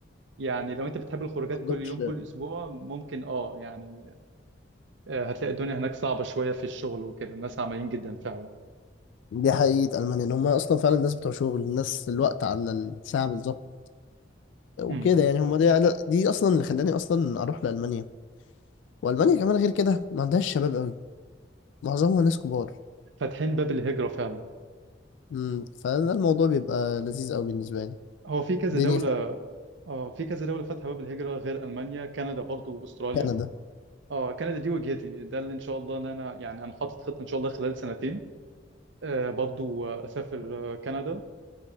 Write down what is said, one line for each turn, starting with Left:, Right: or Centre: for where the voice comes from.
Right: يعني لو انت بتحب الخروجات
Left: ما عندهمش
Right: كل يوم كل اسبوع ممكن اه يعني آه، هتلاقي الدنيا هناك صعبة شوية في الشغل وكده الناس عمليين جدا فعلا
Left: دي حقيقة ألمانيا إن هم أصلا فعلا الناس بتوع شغل الناس الوقت على الساعة بالظبط وكده
Right: امم
Left: يعني هم دي دي أصلا اللي خلاني أصلا أروح لألمانيا وألمانيا كمان غير كده ما عندهاش شباب أوي معظمها ناس كبار
Right: فاتحين باب الهجرة فعلا
Left: امم فده الموضوع بيبقى لذيذ أوي بالنسبة لي
Right: هو في كذا
Left: دنيا
Right: دولة
Left: سهلة
Right: اه في كذا دولة فاتحة باب الهجرة غير المانيا كندا برضو واستراليا
Left: كندا
Right: اه كندا دي وجهتي ده اللي ان شاء الله ان انا يعني انا حاطط خطة ان شاء الله خلال سنتين آه برضو آه، اسافر آه، كندا